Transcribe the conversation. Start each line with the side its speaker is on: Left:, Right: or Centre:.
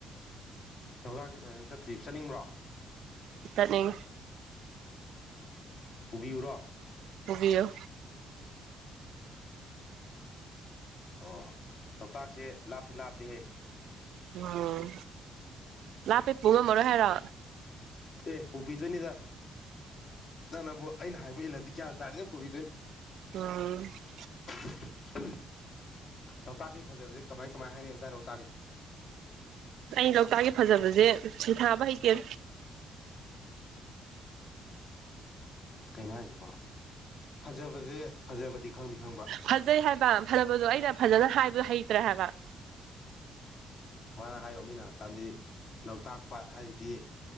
Left: ꯂꯣꯛꯇꯥꯛꯁꯦ ꯐꯖꯅ ꯆꯠꯇ꯭ꯔꯤꯕ ꯆꯠꯅꯤꯡꯕ꯭ꯔꯣ
Right: ꯆꯠꯅꯤꯡ__
Left: ꯄꯨꯕꯤꯌꯨꯔꯣ
Right: ꯄꯨꯕꯤꯌꯨ
Left: ꯑꯣ ꯂꯣꯛꯇꯥꯛꯁꯦ ꯂꯥꯞꯇꯤ ꯂꯥꯞꯄꯦꯍꯦ
Right: ꯎꯝ ꯂꯥꯞꯄꯦ ꯄꯨ ꯉꯝꯃꯔꯣꯏ ꯍꯥꯏꯔꯣ
Left: ꯑꯦ ꯄꯨꯕꯤꯗꯣꯏꯅꯤꯗ ꯅꯪꯅꯕꯨ ꯑꯩꯅ ꯍꯥꯏꯕ ꯏꯜꯂꯗꯤ ꯒ꯭ꯌꯥꯟ ꯇꯥꯔꯗꯤ ꯑꯗꯨꯝ ꯄꯨꯕꯤꯗꯣꯏꯅꯤ
Right: <unintelligible>
Left: <unintelligible> ꯂꯣꯛꯇꯥꯛꯀꯤ ꯐꯖꯕꯁꯦ ꯀꯃꯥꯏ ꯀꯃꯥꯏ ꯍꯥꯏꯅꯩ ꯑꯃꯇ ꯍꯥꯏꯔꯣ ꯇꯥꯒꯦ
Right: ꯑꯩ ꯂꯣꯛꯇꯥꯛꯀꯤ ꯐꯖꯕꯁꯦ ꯁꯤꯊꯥꯕ ꯍꯩꯇꯦ
Left: ꯀꯩꯅꯣ ꯍꯥꯏꯁꯤꯕꯣ ꯐꯖꯕꯁꯦ ꯐꯖꯕꯗꯤ ꯈꯪꯗꯤ ꯈꯪꯕ꯭ꯔꯥ
Right: ꯐꯖꯩ ꯍꯥꯏꯕ ꯐꯖꯕꯗꯣ ꯑꯩꯅ ꯐꯖꯅ ꯍꯥꯏꯕꯗꯣ ꯍꯩꯇ꯭ꯔꯦ ꯍꯥꯏꯕ
Left: ꯁꯨꯃꯥꯏꯅ ꯍꯥꯏꯌꯣ ꯃꯤꯅ ꯍꯪꯉꯛꯀꯥꯟꯗꯗꯤ ꯂꯣꯛꯇꯥꯛ ꯄꯥꯠ ꯍꯥꯏꯁꯤꯗꯤ ꯑ